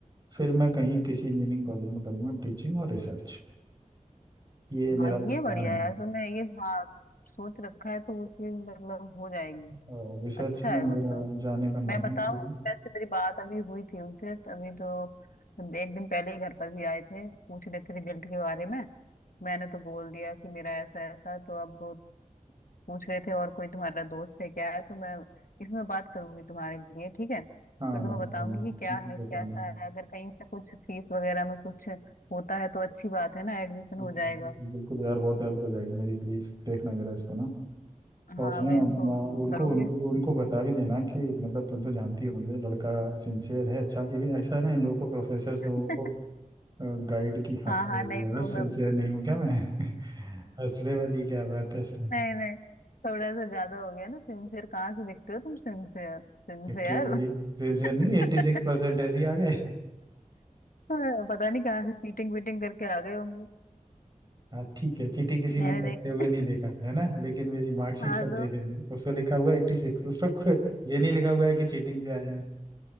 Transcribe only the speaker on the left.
हाँ
ये बढ़िया
है यार तुमने ये हाँ सोच रखा है तो वो चीज मतलब हो जाएगी
अच्छा
है
मतलब
मैं
बताऊं
वैसे मेरी बात अभी हुई थी उनसे अभी तो एक दिन पहले ही घर पर भी आए थे पूछ रहे थे रिजल्ट के बारे में मैंने तो बोल दिया कि मेरा ऐसा ऐसा तो अब वो पूछ रहे थे और कोई तुम्हारा दोस्त है क्या है तो मैं इसमें बात करूंगी तुम्हारे लिए ठीक है फिर
तुम्हें
बताऊंगी
कि क्या
है कैसा
है अगर कहीं से कुछ फीस वगैरह में कुछ होता है तो अच्छी बात है ना एडमिशन
हो जाएगा
हाँ
मैं इसको
करूंगी
<laughs>
हाँ हाँ
नहीं
वो
मैं
नहीं नहीं थोड़ा सा ज्यादा हो गया ना सिंसियर कहाँ से दिखते हो तुम Sincere sincere
<laughs>
पता नहीं कहाँ से चीटिंग वीटिंग करके आ गए होंगे
मैंने
देख
हाँ
तो